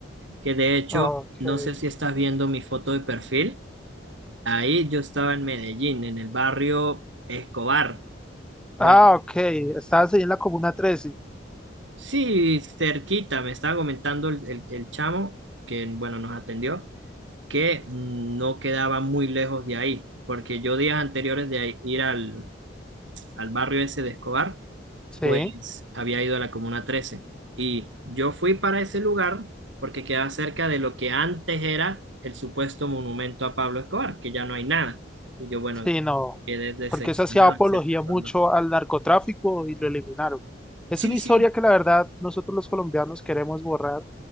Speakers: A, on the right (about 70°); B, in the centre.
A: que de hecho,
B: Ok.
A: no sé si estás viendo mi foto de perfil. Ahí yo estaba en Medellín, en el barrio Escobar. Bueno,
B: Ah, ok. Estabas ahí en la Comuna 13.
A: sí, cerquita, me estaba comentando el, el- el chamo que, bueno, nos atendió, que no quedaba muy lejos de ahí, porque yo días anteriores de ahí- ir al, al barrio ese de Escobar,
B: Sí,
A: pues había ido a la Comuna trece Y yo fui para ese lugar porque quedaba cerca de lo que antes era el supuesto monumento a Pablo Escobar, que ya no hay nada. Y yo, bueno,
B: sí, no.
A: quedé decepcionado
B: Porque eso hacía apología
A: en cierta
B: mucho
A: forma.
B: al narcotráfico y lo eliminaron. Es
A: Sí,
B: una historia
A: sí,
B: que la verdad nosotros los colombianos queremos borrar